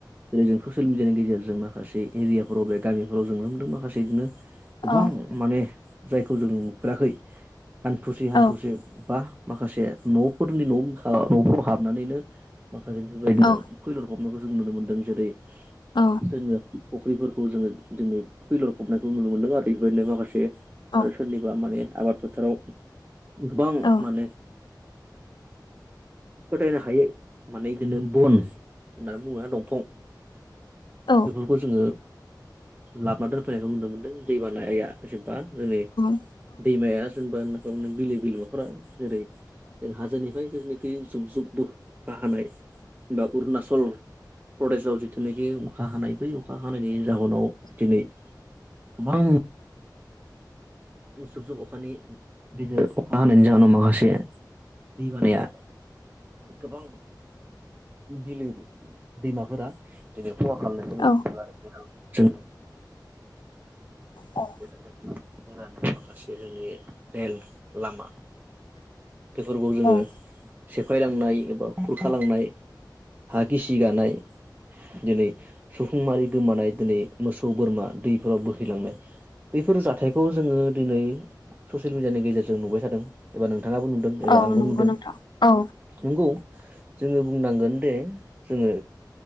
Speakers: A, on the right; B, on the left.
A: जेरै जों ससियेल मिडियानि गेजेरजों माखासे एरियाफोराव बे गामिफोराव जों नुनो मोनदों माखासे बिदिनो गोबां
B: औ
A: माने जायखौ जोङो नुफेराखै हान्थुसे हान्थुसे
B: औ
A: बा माखासे न'फोरनि न'खा न'फोराव हाबनानैनो माखासे बेफोरबायदिनो
B: औ
A: फैलर बयनोबो जों नुनो मोनदों जेरै
B: औ
A: जोङो फुख्रिफोरखौ जोङो दिनै फैलर फबनायखौ नुनो मोन्दों आरो बेबायदिनो माखासे आरो
B: औ
A: सोरनिबा माने आबाद फोथाराव गोबां
B: औ
A: माने <inaudible> फोथायनो हायो माने बिदिनो बन होननानै बुङोबा दंफां
B: औ
A: बेफोरखौ जोङो लाबोना दोनफैनायखौ नुनो मोनदों दै बानाया जेसेबा जोंनि
B: औ
A: दैमाया जेनेबा होनना बिलो बिलोमाफोरा जेरै जों हाजोनिफ्राय जेनिखि जुब जुबबो बा हानाय बा अरुणाचल प्रदेशाव जिथुनाखि अखा हानाय बै अखा हानायनि जाहोनाव दिनै गोबां जुब जुब अखानि गदिर अखा हानायनि जाहोनाव माखासे दै बानाया गोबां गिदिर दैमाफोरा खहा खालामनायखौ
B: औ
A: नुनो जों
B: औ
A: थादों होननानै माखासे जोंनि रेल लामा बेफोरखौ जोङो
B: औ
A: सेफायलांनाय एबा खुरख लांनाय हा गिसिखानाय दिनै सुबुंमारि गोमानाय दिनै मोसौ बोरमा दैफोराव बोहैलांनाय बेफोर जाथायखौ जोङो दिनै ससियेल मिडियानि गेजेरजों नुबाय थादों एबा नों नोंथाङाबो नुदों
B: औ
A: एबा आंबो
B: नंगौ
A: नुदों
B: नोंथां औ
A: नंगौ जोङो बुंनांगोन दे जोङो